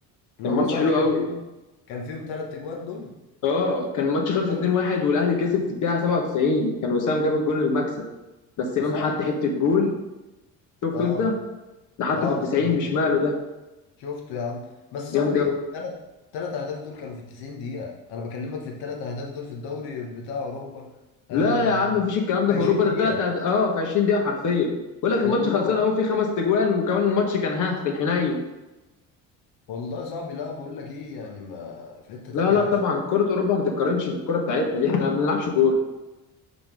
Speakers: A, on the left; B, on the left.
A: اللي
B: كان
A: هم
B: ماتش
A: صاحبي
B: حلو
A: كان
B: قوي
A: فيهم كان فيهم ثلاث اجوان دول
B: اه كان ماتش خلص
A: تلات-
B: 2-1 والاهلي كسب في الدقيقه 97 كان وسام جاب الجون المكسب بس امام
A: صاحبي
B: حط
A: التل...
B: حته جول شفته
A: اه
B: انت ده حطه
A: اه
B: في ال 90
A: طبعا شفت
B: بشماله ده
A: شفته يا عم بس صاحبي
B: جامد قوي
A: الثلاث ثلاث اهداف دول كانوا في ال 90 دقيقة انا بكلمك في الثلاث اهداف دول في الدوري بتاع اوروبا آه
B: لا يا عم مفيش الكلام ده
A: في 20
B: في اوروبا ده
A: دقيقة
B: الثلاث أهد... اه في 20 دقيقه حرفيا بقول لك
A: والله
B: الماتش خلصان اهو في خمس تجوال وكمان الماتش كان ها في الحنين
A: والله يا صاحبي لا بقول لك ايه يعني ما في حتة تانية
B: لا لا
A: يا باشا
B: طبعا كره اوروبا ما تتقارنش بالكره بتاعتنا دي احنا ما بنلعبش كوره